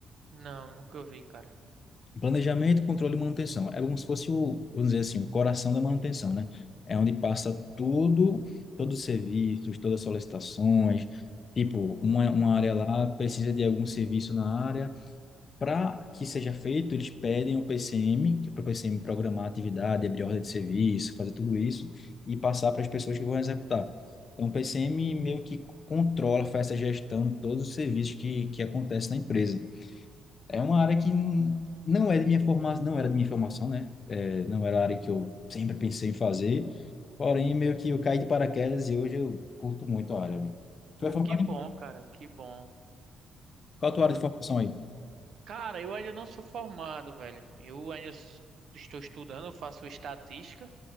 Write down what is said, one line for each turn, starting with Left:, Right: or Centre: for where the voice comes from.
Right: Não, nunca vi, cara.
Left: Planejamento, controle e manutenção. É como se fosse o, vamos dizer assim, o coração da manutenção, né? É onde passa tudo, todos os serviços, todas as solicitações. Tipo, uma, uma área lá precisa de algum serviço na área. Para que seja feito, eles pedem o PCM, para o PCM programar a atividade, abrir ordem de serviço, fazer tudo isso e passar para as pessoas que vão executar. Então, o PCM meio que controla, faz essa gestão de todos os serviços que, que acontecem na empresa. É uma área que não não é de minha formação, não era de minha formação, né? É, não era a área que eu sempre pensei em fazer. Porém, meio que eu caí de paraquedas e hoje eu curto muito a área, velho.
Right: Pô,
Left: Tu é formado
Right: que bom,
Left: em
Right: cara, que bom.
Left: qual a tua área
Right: Não-
Left: de formação aí?
Right: Cara, eu ainda não sou formado, velho. Eu ainda s- estou estudando, eu faço estatística